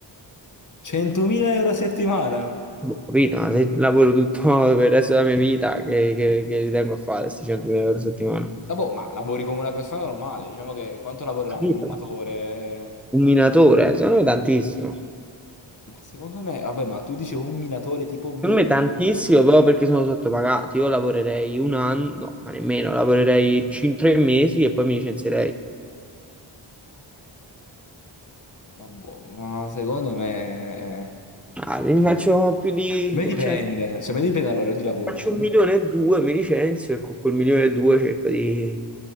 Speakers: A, on the left; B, in the centre.
A: 100.000 euro a settimana!
B: Boh, capito, ma se lavoro tutto per il resto della mia vita, che, che, che ci tengo a fare questi 100.000 euro a settimana?
A: Ah, boh, ma lavori come una persona normale, diciamo che quanto lavorerà
B: Capito?
A: un minatore?
B: Un minatore, eh, secondo me tantissimo.
A: Ma secondo me, vabbè, ma tu dici un minatore tipo 1000...
B: Secondo me tantissimo, però perché sono sottopagati. Io lavorerei un anno, no, ma nemmeno, lavorerei cin- tre mesi e poi mi licenzierei.
A: Ma boh, ma secondo me...
B: Ah, ne faccio più di...
A: Secondo me dipende,
B: cioè,
A: secondo me dipende dall'orario di lavoro,
B: faccio
A: cioè, secondo
B: un milione
A: me
B: e due, mi licenzio e con quel milione e due cerco di,